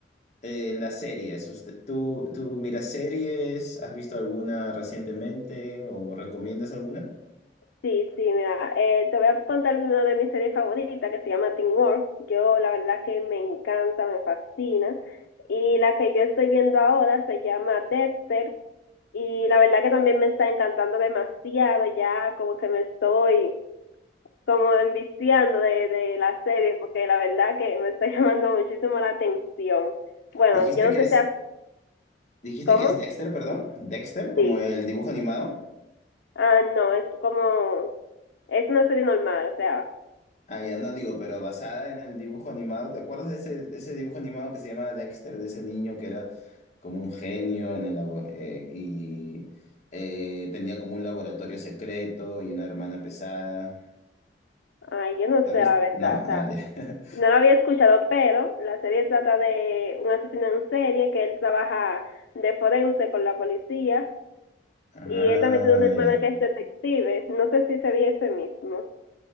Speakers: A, on the left; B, on the left.
A: eh, las series? Usted- ¿tú, tú miras series? ¿Has visto alguna recientemente o recomiendas alguna?
B: Sí, sí, mira, eh, te voy a contar una de mis series favoritas que se llama Teen Wolf. Yo la verdad que me encanta, me fascina. Y la que yo estoy viendo ahora se llama Dexter y la verdad que también me está encantando demasiado, ya como que me estoy como enviciando de, de la serie porque la verdad que me está <laughs> llamando muchísimo la atención. Bueno,
A: Dijiste
B: yo
A: que
B: no sé
A: es,
B: si... a-
A: dijiste
B: ¿Cómo?
A: que es Dexter, perdón. Dexter, como
B: Sí.
A: el dibujo animado.
B: Ah, no, es como... Es una serie normal, o sea,
A: Ah, ya no digo, pero basada en el dibujo animado. ¿Te acuerdas de ese, ese dibujo animado que se llamaba Dexter, de ese niño que era como un genio en el labo- eh, y eh, tenía como un laboratorio secreto y una hermana pesada?
B: ay, yo no
A: ¿La
B: sé
A: viste?
B: la verdad,
A: ¿No?
B: o
A: Ah,
B: sea,
A: ya. <laughs>
B: No lo había escuchado, pero la serie trata de un asesino en serie que él trabaja de forense con la policía
A: Ah,
B: y él también tiene una hermana
A: ya.
B: que es detective. No sé si sería ese mismo.